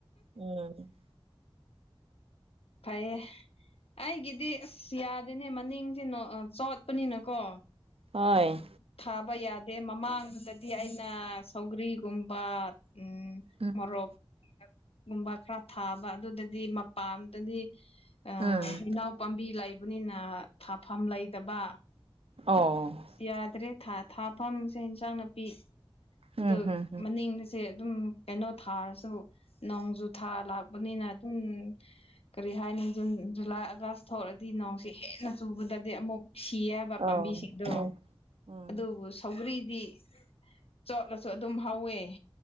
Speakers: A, on the right (about 80°); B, on the left (about 85°).
A: ꯎꯝ
B: ꯐꯩꯌꯦ ꯑꯩꯒꯤꯗꯤ ꯑꯁ ꯌꯥꯗꯦꯅꯦ ꯃꯅꯤꯡꯖꯦ ꯅꯣ ꯑꯥ ꯆꯣꯠꯄꯅꯤꯅꯀꯣ
A: ꯍꯣꯏ
B: ꯊꯥꯕ ꯌꯥꯗꯦ ꯃꯃꯥꯡꯗꯨꯗꯗꯤ ꯑꯩꯅ ꯁꯧꯒ꯭ꯔꯤꯒꯨꯝꯕ ꯎꯝ
A: ꯎꯝ
B: ꯃꯣꯔꯣꯛ ꯒꯨꯝꯕ ꯈꯔ ꯊꯥꯕ ꯑꯗꯨꯗꯗꯤ ꯃꯄꯥꯟꯗꯗꯤ ꯑꯥ
A: ꯎꯝ
B: ꯏꯅꯥꯎ ꯄꯥꯝꯕꯤ ꯂꯩꯕꯅꯤꯅ ꯊꯐꯝ ꯂꯩꯇꯕ
A: ꯑꯣ
B: ꯌꯥꯗ꯭ꯔꯦ ꯊꯥ ꯊꯥꯐꯝꯁꯦ ꯏꯟꯁꯡ ꯅꯥꯄꯤ
A: ꯎꯝ
B: ꯑꯗꯨ
A: ꯍꯝ ꯍꯝ
B: ꯃꯅꯤꯡꯁꯦ ꯑꯗꯨꯝ ꯀꯩꯅꯣ ꯊꯔꯁꯨ ꯅꯣꯡꯖꯨ ꯊꯥ ꯂꯥꯛꯄꯅꯤꯅ ꯑꯗꯨꯝ ꯀꯔꯤ ꯍꯥꯏ ꯖꯨꯟ ꯖꯨꯂꯥꯏ ꯑꯥꯒꯁ ꯊꯣꯛꯑꯗꯤ ꯅꯣꯡꯁꯦ ꯍꯦꯟꯅ ꯆꯨꯕꯗꯗꯤ ꯑꯃꯨꯛ ꯁꯤ ꯌꯦꯕ
A: ꯑꯣ
B: ꯄꯥꯝꯕꯤꯁꯤꯡꯗꯣ
A: ꯑꯣ ꯎꯝ
B: ꯑꯗꯨꯕꯨ ꯁꯧ ꯒ꯭ꯔꯤꯗꯤ ꯆꯣꯠꯂꯁꯨ ꯑꯗꯨꯝ ꯍꯧꯋꯦ